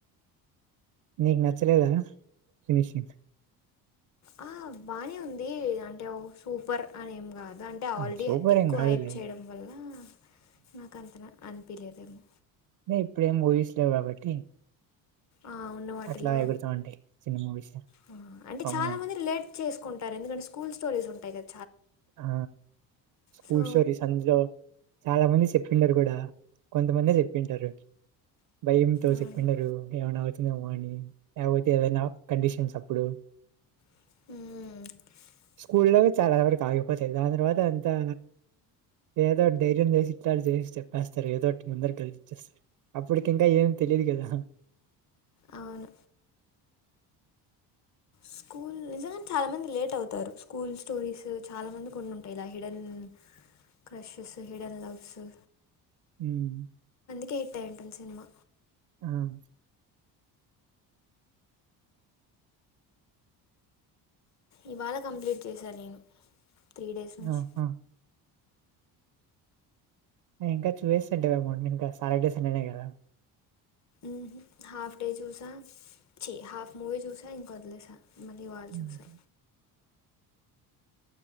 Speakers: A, on the right (about 50°); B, on the left (about 35°).
A: నీకు నచ్చలేదా, ఫినిషింగ్.
B: ఆ బానే ఉందీ అంటే ఓ సూపర్ అని ఏం కాద్ అంటే ఆల్రెడీ
A: ఆ సూపర్
B: ఎక్కువ
A: ఏం కాదులే
B: హైప్ చేయడం వల్లా నాకు అంతలా అన్పీలేదేమో.
A: నీ ప్రేమ్ మూవీస్ లో కాబట్టి.
B: ఆ ఉన్న వాటిలో.
A: అట్లా ఎగురుతా ఉంటాయి చిన్న మూవీస్
B: హ అంటే
A: కామనే
B: చాలా మంది రీలేట్ చేసుకుంటారు ఎందుకంటే స్కూల్ స్టోరీస్ ఉంటాయి కద్
A: ఆ స్కూల్
B: సో
A: స్టోరీస్ అందులో చాలా మంది చెప్ పిల్లలు గూడా కొంతమందే చెప్పింటరు. భయంతో
B: అవును
A: చెప్పుండరూ ఏమైనా అవుతుందేమో అనీ. లేకపోతే ఏదైనా కండిషన్స్ అప్పుడు.
B: హ్మ్హు
A: ఊర్లో చాలా వరకు కాయవ్ పోతయి. దాని తర్వాత అంతా ఏదో ఒకటి ధైర్యం చేసి ఇట్లా చేసి చెప్పేస్తారు. ఏదో ఒకటి ముందరికి కదిలి ఇచ్చేస్తారు. అప్పటికి ఇంకా ఏం తెలీదు గదా.
B: అవును స్కూల్ నిజంగానే చాలా మంది లేట్ అవుతారు. స్కూల్ స్టోరీస్ చాలా మంది ఉండి ఉంటాయి. ఇలా హిడెన్ క్రషెస్, హిడెన్ లవ్సు.
A: హుమ్
B: కే హిట్ అయివుంటుంది సినిమా.
A: ఆవును
B: ఇవాళ కంప్లీట్ చేశా నేను. త్రీడేస్ నుంచి.
A: ఆ ఆ ఇంకా <unintelligible> ఎమౌంట్ ఇంకా సాటర్డే సండేనే కదా.
B: ఊహు హాఫ్ డే చూసా, చీ హాఫ్ మూవీ చూసా ఇంక వదిలేసా. మళ్ళీ ఇవాళ
A: ఉమ్.
B: చూసా.